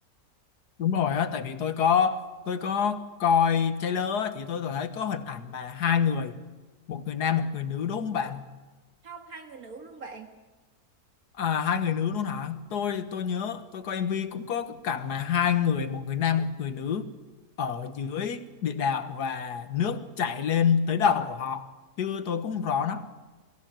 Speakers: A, on the left (about 80°); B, on the right (about 65°).
A: đúng rồi á tại vì tôi có tôi có coi trailer á, thì tôi thấy có hình ảnh mà hai người một người nam một người nữ đúng không bạn
B: không hai người nữ luôn bạn.
A: À, hai người nữ luôn hả? Tôi tôi nhớ tôi coi MV cũng có cái cảnh mà hai người một người nam một người nữ ở dưới địa đạo và nước chảy lên tới đầu của họ chứ tôi cũng không rõ lắm.